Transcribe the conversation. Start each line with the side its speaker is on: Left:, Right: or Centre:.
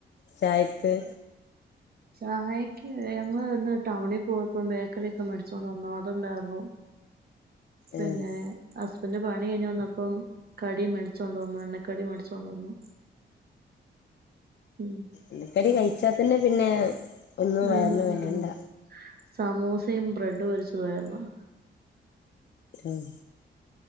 Left: ചായക്ക്
Right: ചായക്ക് ഞങ്ങള് ഇന്ന് ടൗണി പോയപ്പോ ബേക്കറി ഒക്കെ മേടിച്ചോണ്ട് വന്നു അതുണ്ടായിരുന്നു പിന്നെ
Left: ആഹ്
Right: ഹുസ്ബന്റ പണി കഴിഞ്ഞ് വന്നപ്പം കടിയും മേടിച്ചോണ്ട്‌ വന്നു എണ്ണക്കടി മേടിച്ചോണ്ട് വന്നു ഉം
Left: എണ്ണക്കടി കഴിച്ചാ തന്നെ പിന്നെ ഒന്നും
Right: ആഹ്
Left: വയറിന് വേണ്ട
Right: സമോസയും ബ്രെഡും പൊരിച്ചതും ആഹ്
Left: ആഹ്